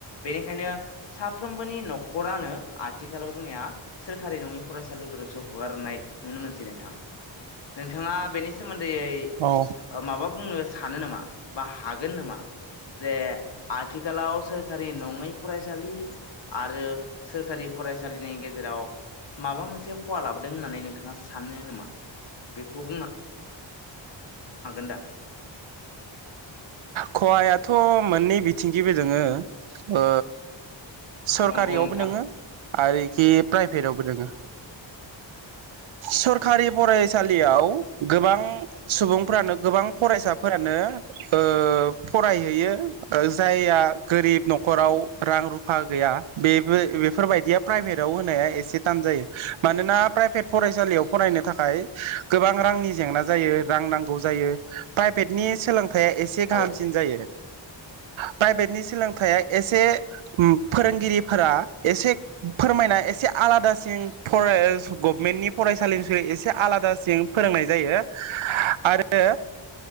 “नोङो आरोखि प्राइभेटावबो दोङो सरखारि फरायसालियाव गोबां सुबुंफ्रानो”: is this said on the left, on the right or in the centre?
Right